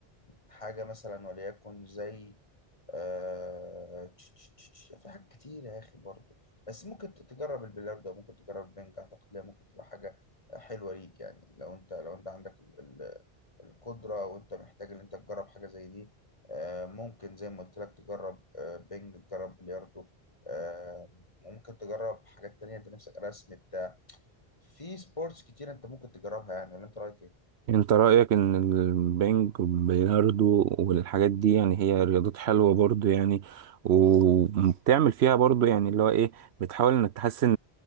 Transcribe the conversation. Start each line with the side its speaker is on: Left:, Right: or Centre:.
Left: حاجه مثلا وليكن زي آه... تش- تش- تش- تش- في حاجات كتير يا أخي برضو بس ممكن ت- تجرب البلياردو ممكن تجرب البنج أعتقد ليه ممكن تبقى حاجة آه، حلوة ليك يعني لو أنت لو أنت عندك ال... ال... القدرة وأنت محتاج إن أنت تجرب حاجة زي دي آه... ممكن زي ما قلت لك تجرب آه... بنج تجرب بلياردو آه... ممكن تجرب حاجات تانية أنت نفسك رسم بتاع في سبورتس كتير أنت ممكن تجربها يعني ولا أنت رأيك إيه؟
Right: انت رأيك ان البنج والبلياردو والحاجات دي يعني هي رياضات حلوة برضو يعني وبتعمل فيها برضو يعني اللي هو ايه بتحاول انك تحسن